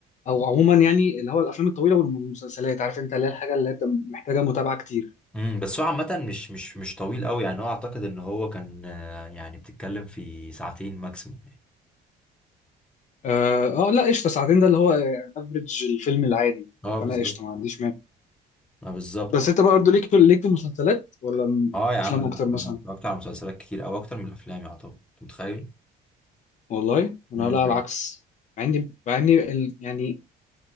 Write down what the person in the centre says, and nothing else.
امم بس هو عامة مش مش مش طويل قوي يعني هو اعتقد ان هو كان آه، يعني بتتكلم في ساعتين ماكسيموم يعني
اه بالظبط
اه بالظبط
اه يا
عم انا
انا اتفرجت على مسلسلات كتير او اكتر من الافلام يعتبر انت متخيل؟
امم